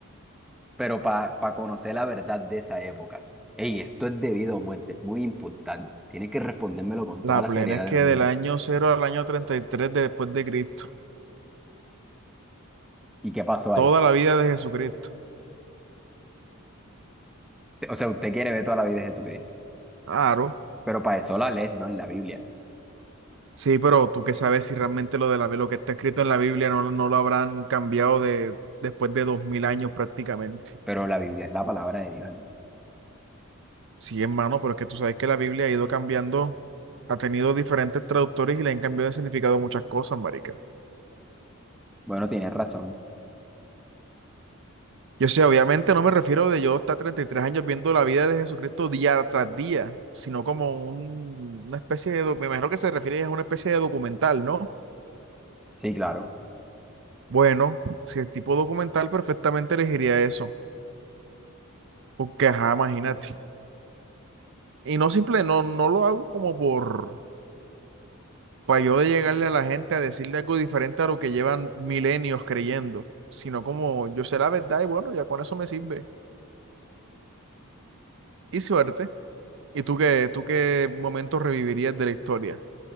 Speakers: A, in the centre; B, on the right (about 55°).
A: Pero para conocer la verdad de esa época. Ey, esto es debido a muerte, muy importante. Tienes que respondérmelo con
B: La
A: toda la
B: plena
A: seriedad
B: es que
A: del mundo.
B: del año cero al año 33 después de Cristo.
A: ¿Y qué pasó
B: Toda
A: ahí?
B: la vida de Jesucristo.
A: O sea, usted quiere ver toda la vida de Jesucristo,
B: Claro.
A: pero para eso la lees, no en la Biblia.
B: Sí, pero tú qué sabes si realmente lo de la, lo que está escrito en la Biblia no, no lo habrán cambiado de, después de dos mil años prácticamente.
A: Pero la Biblia es la palabra de Dios.
B: Sí, hermano, pero es que tú sabes que la Biblia ha ido cambiando, ha tenido diferentes traductores y le han cambiado el significado de muchas cosas, marica.
A: Bueno, tienes razón.
B: Yo sé, obviamente no me refiero de yo estar 33 años viendo la vida de Jesucristo día tras día, sino como un- una especie de, doc- me imagino que se refiere a una especie de documental, ¿no?
A: Sí, claro.
B: Bueno, si es tipo documental, perfectamente elegiría eso, porque ajá, imagínate. Y no simple, no, no lo hago como por, para yo de llegarle a la gente a decirle algo diferente a lo que llevan milenios creyendo, sino como yo sé la verdad y bueno, ya con eso me sirve. Y suerte. ¿Y tú qué, tú qué momento revivirías de la historia?